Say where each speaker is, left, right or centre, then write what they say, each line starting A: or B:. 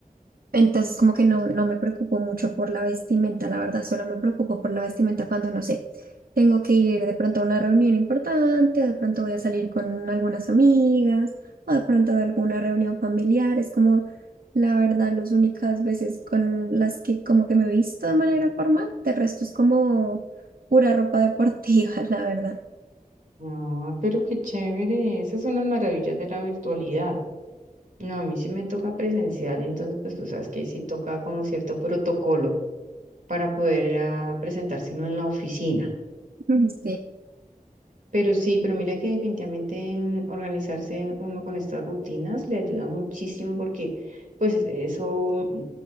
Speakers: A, on the right; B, on the right.
A: Entonces, como que no, no me preocupo mucho por la vestimenta, la verdad, solo me preocupo por la vestimenta cuando, no sé, tengo que ir de pronto a una reunión importante, o de pronto voy a salir con algunas amigas, o de pronto de alguna reunión familiar. Es como, la verdad, las únicas veces con las que como que me he visto de manera formal, de resto es como pura ropa deportiva, <laughs> la verdad.
B: no, pero qué chévere. Esas son las maravillas de la virtualidad. No, a mí sí me toca presencial, entonces, pues tú sabes que ahí sí toca con cierto protocolo para poder ah, presentarse uno en la oficina.
A: Ujú. Sí,
B: Pero sí, pero mira que definitivamente mm, organizarse uno con estas rutinas le ayuda muchísimo porque pues es- eso mm,